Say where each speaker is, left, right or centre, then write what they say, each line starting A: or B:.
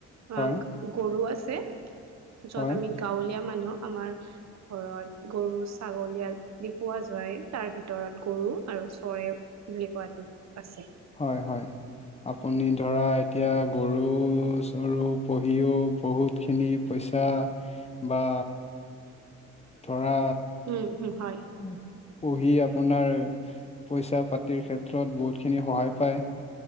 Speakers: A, on the left; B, on the right.
A: হয়,
B: অ', গৰু আছে য'ত
A: হয়,
B: আমি গাঁৱলীয়া মানুহ। আমাৰ ঘৰত গৰু ছাগলী আদি পোৱা যায় তাৰ ভিতৰত গৰু আৰু। চৰে বুলি কোৱাতো আছে।
A: হয়, হয়। আপুনি ধৰা এতিয়া গৰু চৰু পুহিও বহুতখিনি পইচা পিইচা বা ধৰা
B: উম, হম হয়।
A: উম। পুহি আপোনাৰ পইচা পাতিৰ ক্ষেত্ৰত বহুতখিনি সহায় পায়।